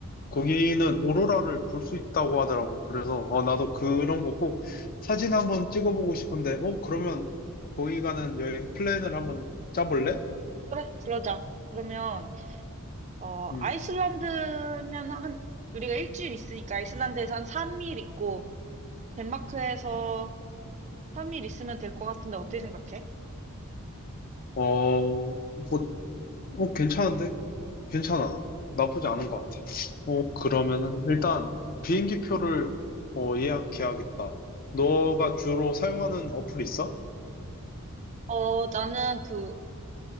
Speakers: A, on the left; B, on the right.
A: 거기는 오로라를 볼 수 있다고 하더라고. 그래서, 어, 나도 그런 거 꼭 사진 한번 찍어보고 싶은데, 어, 그러면 거기 가는 여행 플랜을 한번 짜볼래?
B: 그래, 그러자. 그러면 어,
A: 음.
B: 아이슬란드면 한, 우리가 일주일 있으니까 아이슬란드에서 한 3일 있고, 덴마크에서 3일 있으면 될 것 같은데 어떻게 생각해?
A: 어, 뭐, 어, 괜찮은데? 괜찮아. 나쁘지 않은 것 같아. 어, 그러면은, 일단, 비행기 표를, 어, 예약해야겠다. 너가 주로 사용하는 어플 있어?
B: 어, 나는 그,